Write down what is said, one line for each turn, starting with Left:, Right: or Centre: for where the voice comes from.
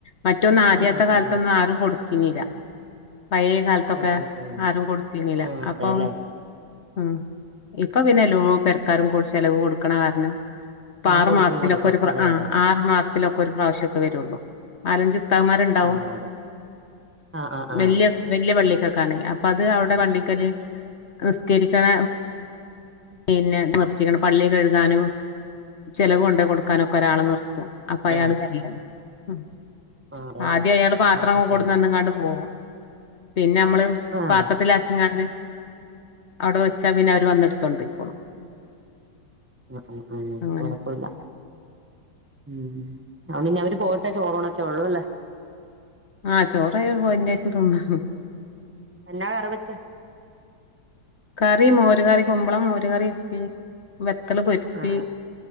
Left: മറ്റൊന്ന് ആദ്യാത്ത
Right: ആഹ്
Left: കാലതൊന്ന്
Right: ആഹ്
Left: ആരും കൊടു ക്കിന്നില്ല പയേ കാലത്തൊക്കെ
Right: ആഹ് ആഹ് ആഹ് ആഹ്
Left: ആരും കൊടുത്തീനില്ല
Right: ആഹ്
Left: അപ്പൊ
Right: അതെല്ലേ
Left: ഉ ഇപ്പൊ പിന്നെ ലോ പെർ ആക്കാരും കൂടി ചിലവ് കൊടുക്കണ കാരണം. ഇപ്പൊ
Right: ആഹ്
Left: ആറു
Right: കൊടുക്കും
Left: മാസത്തിലൊക്കെ
Right: കൊടുക്കും
Left: ഒരു
Right: അതെ
Left: ആ
Right: അതെ അതെ
Left: ആറു മാസത്തിലൊക്കെ ഒരു പ്രാവശ്യം. ള്ളൂ നാലഞ്ച് ഉസ്താദുമാരുണ്ടാവും
Right: ആഹ് അതെ ആഹ് ആഹ് ആഹ്
Left: വെല്ല്യ വെല്ല്യ പള്ളി ക്കണേൽ അപ്പ അത് അവിടെ പള്ളിക്കല് നിസ്കരിക്കണ പിന്നെ നിർത്തിക്കണം പള്ളി കഴുകാനും ചെലവ് കൊണ്ട് കൊടുക്കാനും ഒക്കെ ഒരാളെ നിർത്തും അപ്പ അയാള്
Right: ആഹ്
Left: വെരല്ലാണ് ആം
Right: ആഹ് അതെല്ലേ
Left: ആദ്യം അയാള് പാത്രങ്ങ
Right: ആഹ് ആഹ് ആഹ് ആഹ്
Left: കൊടുന്നങ്ങാണ്ട് പോകും പിന്നെ നമ്മള്
Right: ആഹ്
Left: പാത്രത്തിലാക്കിങ്ങാണ്ട്. അവിടോ ച്ച പിന്ന അവർ വന്നേട് കൊണ്ടേയ്ക്കോളും.
Right: ഉം ഉം ഉം
Left: അങ്ങനെ
Right: കൊഴപ്പില്ല ഉം അവര് ഇനി അവര് പോയിട്ട് ചോറുണ്ണ് ഉള്ളുവല്ലേ
Left: ആഹ് ചോറടപോയിന് ശേഷം തോന്നു
Right: ന്താ കറിവെച്ച്
Left: കറി മോര് കറി കുമ്പളം മോര് കറി വെച്ച് പത്തള് പൊരിച്ച്
Right: ആഹ് ആഹ്